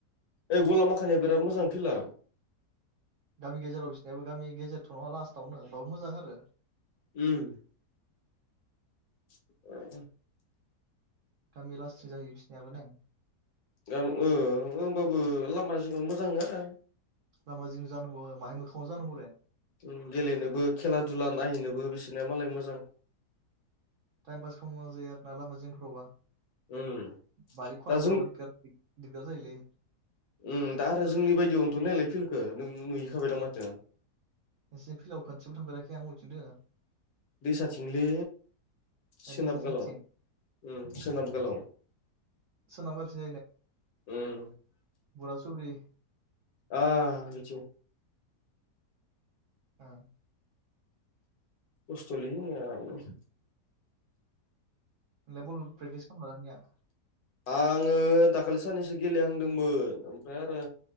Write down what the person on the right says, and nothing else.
गामि गेजेराव बिसनायाबो गामि गेजेरथ' नङा लास्टावनो होमबाबो मोजां आरो।
गामि लाससो जायो बिसोरनिबो ने।
लामा जिं जानांगौ माहाय मोखाङाव जानांगौ रे।
टाइम पास खालामनो जायो आर ना लामा जोंफोरावबा।
बारि खनाफोरावबा
दिगदार थिग दिगदार जायोलै।
नोंसोर फिलडाव खाथियाव थांफेराखै आं मबेथिं दङो।
ए दैसा साइदथिं
सोनाबगालथिं
बुरा सुब्रि
आ
नोंलाय बल प्रेटिस खालामला दानिया